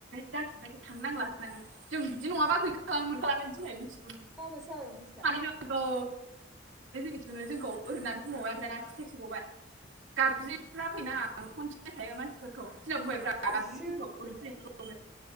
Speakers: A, on the right; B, in the centre.
A: दाखिन्थासै थांनांला होननानै होननानै जों बिदि नङाबा गैखा खालामोन मोनखालामोन मिथिगौ नोङो
B: गाबोनसो जाबायमोन नोंसिना
A: <unintelligible> आरो जों मिथिगौ नों जोंखौ ओरै होननानै बुंबावबाय ओमफ्राय सिफिस होबावबाय गाब गाबज्रियिफ्रा फैनो नाङा मोखाङावनो सिनायखायो मानसिफोरखौ। बिदि होनना बुंबायब्रा गाबज्रियिफोरखौ
B: इसु
A: ओरैनो फैनायफोरखौ।